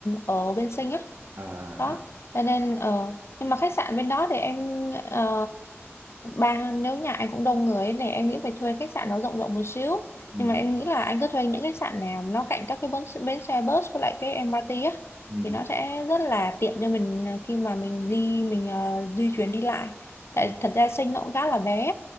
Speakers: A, on the left (about 65°); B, on the right (about 55°).
A: ở bên Sinh á
B: à,
A: đó
B: à
A: cho nên ờ, nhưng mà khách sạn bên đó thì em ờ, ba nếu nhà anh cũng đông người ấy, thì em nghĩ phải thuê khách sạn nó rộng rộng một xíu
B: ừ.
A: nhưng mà em nghĩ là anh cứ thuê những khách sạn nào nó cạnh các cái bến, bến xe bus với lại cái em MRT á
B: Ừ.
A: thì nó sẽ rất là tiện cho mình ờ, khi mà mình di mình ờ, di chuyển đi lại tại
B: Ừ.
A: thật ra Sinh nó cũng khá là bé